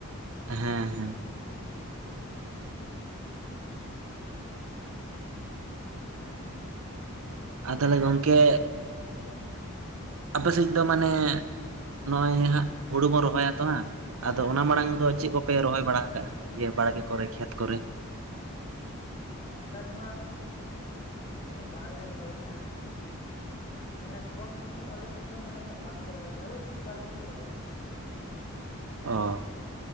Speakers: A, on the right; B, on the left.
A: ᱦᱮᱸ ᱦᱮᱸ ᱟᱨ ᱛᱟᱦᱚᱞᱮ ᱜᱚᱝᱠᱮ ᱟᱯᱮᱥᱮᱫ ᱫᱚ ᱢᱟᱱᱮ ᱱᱚᱜᱼᱚᱭ ᱦᱟᱸᱜ ᱦᱩᱲᱩ ᱵᱚᱱ ᱨᱚᱦᱚᱭᱟ ᱛᱚ ᱦᱟᱸᱜ ᱟᱫᱚ
B: ᱦᱮᱸ
A: ᱚᱱᱟ ᱢᱟᱲᱟᱝ ᱫᱚ ᱪᱮᱫ ᱠᱚᱯᱮ ᱨᱚᱦᱚᱭ ᱵᱟᱲᱟ ᱟᱠᱟᱜᱼᱟ ᱤᱭᱟᱹ ᱵᱟᱲᱜᱮ ᱠᱚᱨᱮ ᱠᱷᱮᱛ ᱠᱚᱨᱮ
B: ᱚᱱᱠᱟ ᱫᱚ ᱦᱟᱸᱜ ᱵᱟᱝᱞᱮ ᱨᱚᱦᱚᱭ ᱠᱟᱜᱼᱟ ᱦᱟᱸᱜ ᱦᱩᱲᱩ ᱫᱚ ᱢᱟᱱᱮ ᱠᱚᱢ ᱩᱱᱟᱹᱜ ᱟᱞᱮᱥᱮᱫ ᱫᱚ ᱢᱟᱱᱮ ᱩᱱᱟᱹᱜ ᱵᱟᱝ ᱠᱚ ᱨᱚᱦᱚᱭ ᱜᱮᱭᱟ ᱳᱭ ᱢᱤᱫ ᱵᱟᱨ ᱦᱚᱲ ᱠᱚ ᱨᱚᱦᱚᱭ ᱜᱮᱭᱟ
A: ᱚ